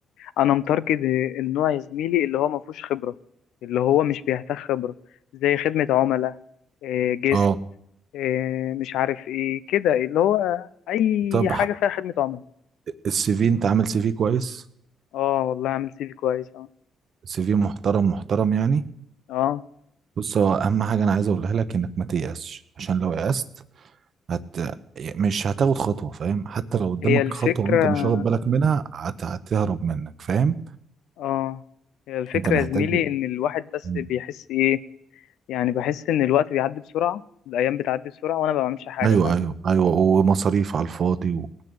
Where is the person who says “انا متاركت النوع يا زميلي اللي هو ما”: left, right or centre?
Left